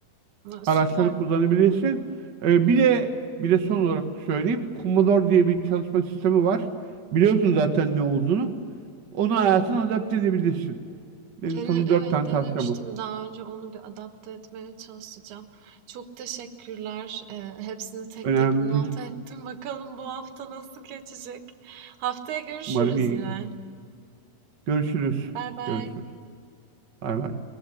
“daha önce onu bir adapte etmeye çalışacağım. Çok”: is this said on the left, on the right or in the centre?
Right